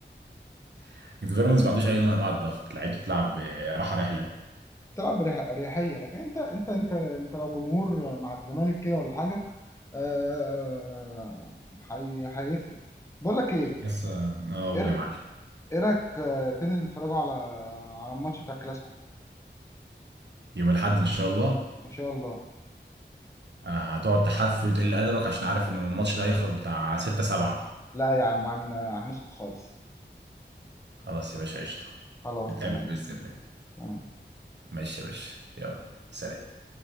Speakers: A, on the right; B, on the left.
A: <laughs> بيراميدز ما عندوش اي نوع من انواع الضغط لعيبته بتلعب راحه رحله
B: تلعب بأريحية لكن انت انت انت انت لو جمهور مع الزمالك كده ولا حاجة آه، هي- هيفرق بقول لك ايه
A: بس اه قول
B: ايه رأ-
A: يا معلم
B: إيه رايك آه، تنزل نتفرجوا على على الماتش بتاع الكلاسيكو
A: يوم الاحد ان شاء الله
B: ان شاء الله
A: آه، هتقعد تحفل وتقل ادبك عشان عارف ان الماتش ده هيخلص بتاع 6 7
B: لا يا عم هن- هنسكت خالص
A: خلاص يا باشا قشطه
B: خلاص
A: نتقابل
B: تمام
A: باذن الله
B: تمام
A: ماشي يا باشا يلا سلام